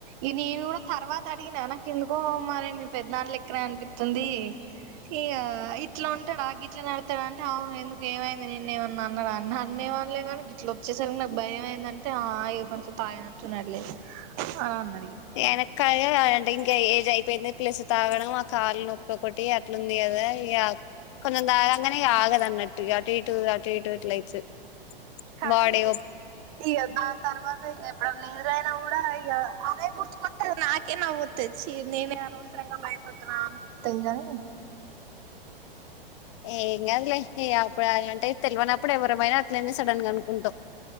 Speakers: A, on the right; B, on the left.
A: ఈ నేను కూడా తర్వాత అడిగినా నాకు ఎందుకో మరి మీ పెద్దాళ్ళ ఎక్కడ అనిపిస్తుంది ఈ ఇట్లా ఉంటాడా ఇట్లా నడతాడు అంటే ఎందుకు ఏమైంది నేన్న ఏమన్నా అన్నా నన్నేం అనలే కానీ గిట్లా వచ్చేసరికి నాకు భయంమయిందంటే ఆ ఇగ కొంచెం తాగినట్టు ఉన్నాడు లే ఆ అన్నాడు ఇగ
B: ఎనక అంటే ఇంకా ఏజ్ అయిపోయింది ప్లస్ తాగడము ఆ కాళ్ళ నొప్పి ఒకటి అట్లుంది కదా ఇక కొంచెం తాగాంగానే ఆగదు అన్నట్టు అటు ఇటు అటు ఇటు ఇట్ల అయితది.
A: కానీ
B: బాడీ అయ్యో
A: ఇగ దాని తర్వాత ఇక ఎప్పుడన్న ఎదనా కూడా ఇగ అదే గుర్తు కొత్తది నాకే నవ్వుతది చీ నేనే అనవసరంగా భయపడుతున్నా అనిపిస్తుంది గానీ
B: ఏం కాదులే ఇగ అప్పుడు అంటే తెలివనప్పుడు ఎవరమైనా అట్లనే సడన్ గా అనుకుంటాం